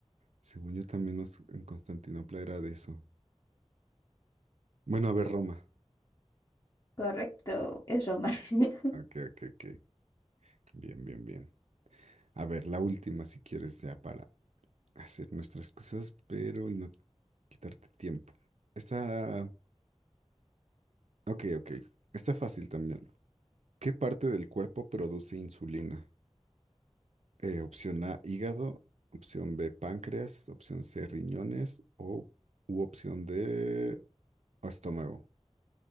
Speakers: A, on the right; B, on the left.
A: según yo también nos- en Constantinopla era de eso. Bueno, a ver, Roma.
B: Correcto, es Roma. <laughs>
A: Ok, ok, ok. Bien, bien, bien. A ver, la última, si quieres, ya para hacer nuestras cosas, pero y no quitarte tiempo. Está, ok, ok. Está fácil también. ¿Qué parte del cuerpo produce insulina? Eh, opción A, hígado. Opción B, páncreas. Opción C, riñones. O u opción D, estómago.